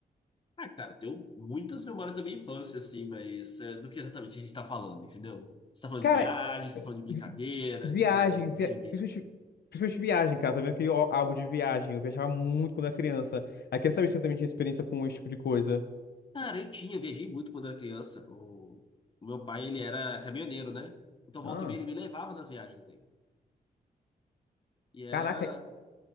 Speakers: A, on the left; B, on the left.
A: Ah, cara, eu tenho muitas memórias da minha infância, assim, mas é, do que exatamente a gente tá falando, entendeu? Você tá falando
B: Cara,
A: de viagem, você tá falando de brincadeira,
B: vi- viagem,
A: de, sei lá, de,
B: via-
A: de...
B: principalmente, principalmente viagem, cara. Tá vendo que o álbum de viagem, eu viajava muito quando era criança. Aí queria saber se você também tinha experiência com esse tipo de coisa.
A: Cara, eu tinha, viajei muito quando era criança. O, o meu pai, ele era caminhoneiro, né? Então, volta
B: Ah.
A: e meia, ele me levava nas viagens dele. E era...
B: Caraca,